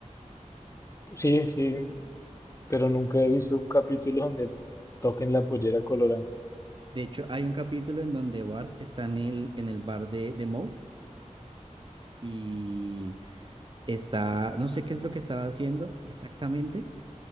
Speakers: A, on the left; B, on the right.
A: sí, sí, pero nunca he visto un capítulo donde toquen la pollera colorada.
B: De hecho, hay un capítulo en donde Bart está en el, en el bar de, de Moe y está, no sé qué es lo que estaba haciendo exactamente,